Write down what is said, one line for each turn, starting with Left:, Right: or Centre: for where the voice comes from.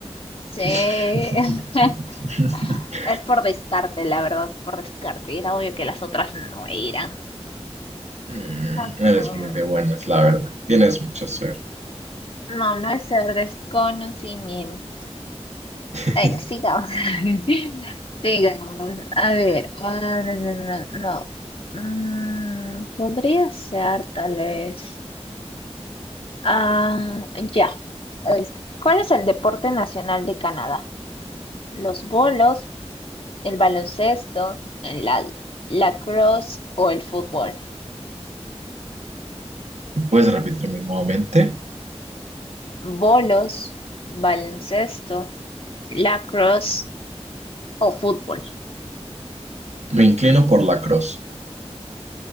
Left: sí.
Right: <laughs>
Left: <laughs> Es por descarte, la verdad, por descarte. Era obvio que las otras no eran.
Right: Mm,
Left: Ok.
Right: Eres muy de buenas, la verdad. Tienes mucha suerte.
Left: No, no es ser desconocimiento.
Right: <laughs>
Left: Ay, no, sigamos. <laughs> Sigamos. A ver. ah, no, no, no, no. Mm, podría ser tal vez. Ah, ya. Este. ¿Cuál es el deporte nacional de Canadá? ¿Los bolos, el baloncesto, el la lacrosse o el fútbol?
Right: ¿Puedes repetirme nuevamente?
Left: Bolos, baloncesto, lacrosse o fútbol.
Right: Me inclino por la cruz.